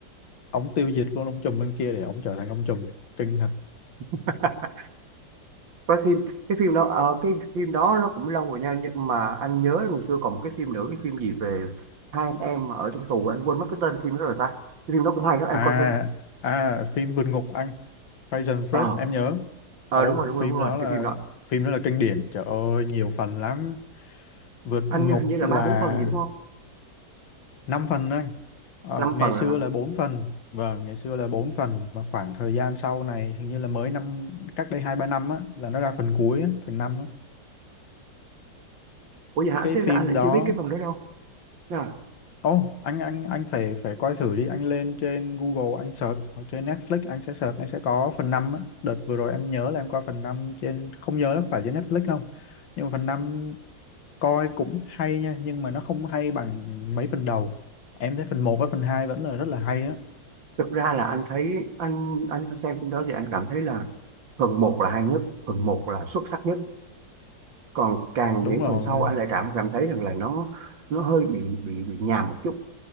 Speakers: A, on the left; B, on the right.
A: ông tiêu diệt luôn ông trùm bên kia để ông trở thành ông trùm kinh thật
B: <laughs> cái phim cái phim đó ờ, cái phim đó nó cũng lâu rồi nha nhưng mà anh nhớ ngày xưa còn một cái phim nữa cái phim gì về hai anh em ở trong tù anh quên mất cái tên phim đó rồi ta cái phim đó cũng hay đó em
A: à
B: coi chưa
A: à phim vượt ngục anh Prison
B: ờ
A: Break em nhớ
B: ờ
A: ồ
B: đúng rồi đúng
A: phim
B: rồi đúng rồi
A: đó là
B: cái phim đó
A: phim đó là kinh điển trời ơi nhiều phần lắm vượt
B: anh
A: ngục
B: nhớ hình như là
A: là
B: ba bốn phần gì đúng không
A: 5 phần anh Ờ,
B: năm
A: ngày
B: phần
A: xưa
B: là
A: là bốn phần vâng ngày xưa là bốn phần mà khoảng thời gian sau này hình như là mới năm cách đây hai ba năm á là nó ra phần cuối á, phần năm á
B: ủa vậy hả
A: cái
B: thế
A: phim
B: là anh lại
A: đó
B: chưa biết cái phần đó đâu à,
A: Ồ, anh anh anh phải phải coi thử đi, anh lên trên Google anh search hoặc trên Netflix anh sẽ search anh sẽ có phần 5 á. Đợt vừa rồi em nhớ là em coi phần 5 trên không nhớ nó phải trên Netflix không. Nhưng mà phần 5 coi cũng hay nha, nhưng mà nó không hay bằng mấy phần đầu. Em thấy phần một với phần 2 vẫn là rất là hay á.
B: thực ra là anh thấy anh anh xem phim đó thì anh cảm thấy là phần một là hay nhất phần một là xuất sắc nhất còn càng
A: Đúng
B: những
A: rồi.
B: phần sau anh lại cảm cảm thấy rằng là nó nó hơi bị bị bị nhàm một chút